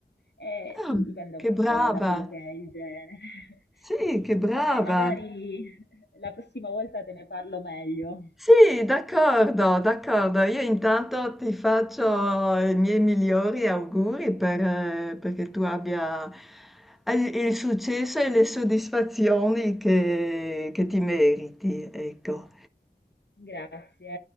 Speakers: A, on the left; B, in the centre.
A: Eh,
B: Ah,
A: sì, dipende
B: che
A: un
B: brava.
A: po' da quello che è il genere. <laughs>
B: Sì, che brava!
A: Dai, magari la prossima volta te ne parlo meglio.
B: Sì, d'accordo, d'accordo. Io intanto ti faccio i miei migliori auguri per, eh, perché tu abbia il, il successo e le soddisfazioni che, che ti meriti, ecco.
A: Grazie.